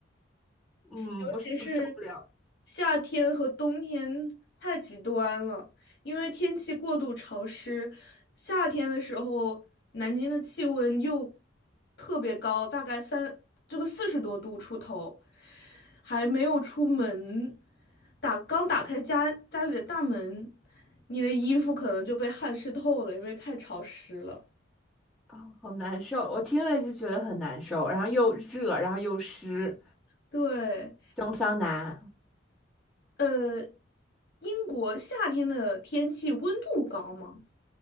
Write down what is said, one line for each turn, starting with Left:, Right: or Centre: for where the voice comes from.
Centre: 嗯，
Left: 尤其是
Centre: 我是我受不了
Left: 夏天和冬天太极端了，因为天气过度潮湿，夏天的时候南京的气温又特别高，大概三，这个四十多度出头，还没有出门，打，刚打开家家里的大门，你的衣服可能就被汗湿透了，因为太潮湿了。
Centre: 啊，好难受，我听着就觉得很难受，然后又热，然后又湿，
Left: 对，
Centre: 蒸桑拿。
Left: 呃，英国夏天的天气温度高吗？